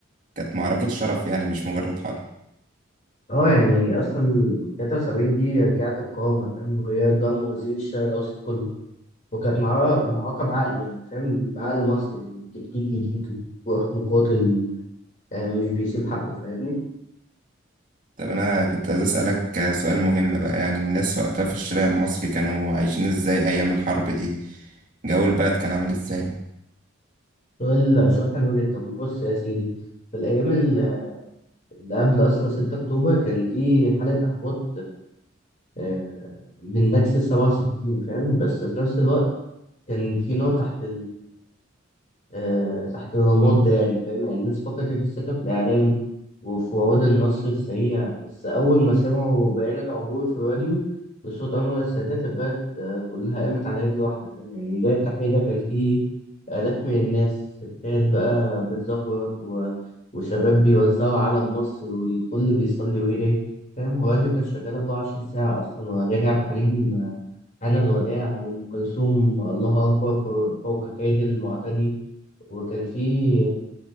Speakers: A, on the right; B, on the left.
A: كانت معركة شرف يعني مش مجرد حرب
B: اه يعني اصلا 73 دي رجعت القوامة فاهم وغيرت بقى موازين الشرق الاوسط كله وكانت معركة معركة بعقل يعني فاهم بعقل مصري يعني تكتيك جديد وروح مقاتل آه، مش بيسيب حقه فاهمني
A: طب أنا كنت عايز أسألك آه، سؤال مهم بقى يعني الناس وقتها في الشارع المصري كانوا عايشين إزاي أيام الحرب دي جو البلد كان عامل إزاي؟
B: سؤال سؤال حلو جدا بص يا سيدي في الأيام ال- اللي قبل أصلا 6 أكتوبر كان في حالة إحباط آه، من نكسة 67 فاهم بس في نفس الوقت كان في نار تحت آه، تحت الرماد ده يعني فاهم يعني الناس فقدت الثقة في الإعلام وفي وعود النصر السريع بس أول ما سمعوا بيان العبور في الراديو بصوت أنور السادات البلد آه، كلها قامت على رجل واحدة فاهم يعني ميدان التحرير ده كان فيه آلاف من الناس ستات بقى بتزغرط و... وشباب بيوزعوا علم مصر والكل بيصلي ويدعي فاهم والراديو كان شغال 24 ساعة أصلا وأغاني عبد الحليم آه، أنا الوداع وأم كلثوم الله أكبر فوق فوق كيد المعتدي وكان في